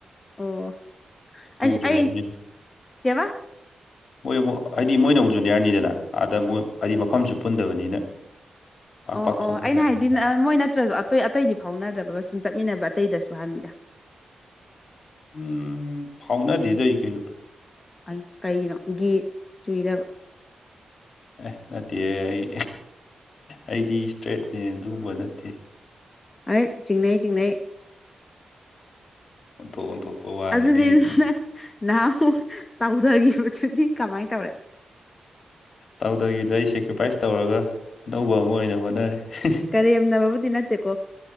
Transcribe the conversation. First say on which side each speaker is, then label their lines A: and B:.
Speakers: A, on the left; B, on the left.
A: ꯑꯣ ꯑꯩꯁ
B: ꯖꯨꯅꯤꯌꯔꯅꯤꯅ
A: ꯑꯩ ꯀꯦꯕ
B: ꯃꯣꯏ ꯑꯃꯨꯛ ꯍꯥꯏꯗꯤ ꯃꯣꯏꯅ ꯑꯃꯨꯛꯁꯨꯨꯅꯤꯌꯥꯔꯅꯤꯗꯅ ꯑꯥꯗꯣꯏ ꯍꯥꯏꯗꯤ ꯃꯐꯝꯁꯨ ꯄꯨꯟꯗꯕꯅꯤꯅ
A: <inaudible>
B: ꯄꯥꯛ
A: ꯑꯣ
B: ꯄꯥꯛ ꯐꯥꯎꯅꯗꯕꯅꯤ
A: ꯑꯣ ꯑꯩꯅ ꯍꯥꯏꯗꯤ ꯃꯣꯏ ꯅꯠꯇ꯭ꯔꯁꯨ ꯑꯇꯩ ꯑꯇꯩꯗꯤ ꯐꯥꯎꯅꯗ꯭ꯔꯕꯒ ꯁꯨꯝ ꯆꯠꯃꯤꯟꯅꯕ ꯑꯇꯩꯗꯁꯨ ꯍꯥꯟꯅꯤꯗ
B: ꯎꯝ ꯐꯥꯎꯅꯗꯦꯗꯩ ꯀꯩꯁꯨ
A: ꯑꯩ ꯀꯩꯒꯤꯅꯣ ꯒꯤꯒꯦ ꯆꯨꯏꯗꯕ
B: ꯑꯦ ꯅꯠꯇꯦ ꯑꯩ ꯑꯩꯗꯤ ꯏꯁꯇ꯭ꯔꯦꯠꯅꯦ ꯑꯗꯨꯒꯨꯝꯕ ꯅꯠꯇꯦ
A: ꯍꯥꯏ ꯆꯤꯡꯩ ꯆꯤꯡꯩ
B: ꯑꯣꯟꯊꯣꯛ ꯑꯣꯟꯊꯣꯛꯄ ꯋꯥ
A: ꯑꯗꯨꯗꯤ
B: ꯍꯥꯏꯕꯤꯔ
A: ꯅꯪ ꯅꯍꯥꯟꯃꯨꯛ ꯇꯧꯊꯈꯤꯕꯗꯨꯗꯤ ꯀꯃꯥꯏꯅ ꯇꯧꯔꯦ
B: ꯇꯥꯎꯒꯤꯗ ꯑꯩ ꯁꯦꯀ꯭ꯔꯤꯐꯥꯏꯁ ꯇꯧꯔꯒ ꯑꯅꯧꯕ ꯑꯃ ꯑꯣꯏꯅ ꯍꯣꯠꯅꯔꯦ
A: ꯀꯔꯤ ꯌꯥꯝꯅꯕꯕꯨꯗꯤ ꯅꯠꯇꯦꯀꯣ